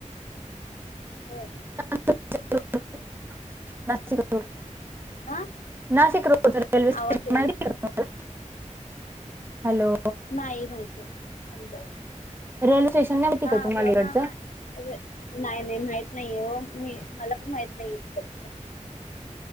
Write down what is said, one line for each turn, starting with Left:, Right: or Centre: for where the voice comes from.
Left: हो
Right: ह नाशिक रोड
Left: हां
Right: नाशिक रोडच रेल्वे स्टेशन
Left: आवाज येईना
Right: माहिती हॅलो
Left: नाही माहित समजा
Right: रेल्वे स्टेशन नाही माहिती
Left: हा
Right: का तुम्हाला
Left: ब
Right: इकडचं
Left: हा हा अर नाही नाही माहित नाहीये हो मी मला पण माहित नाहीये तिकडचं काय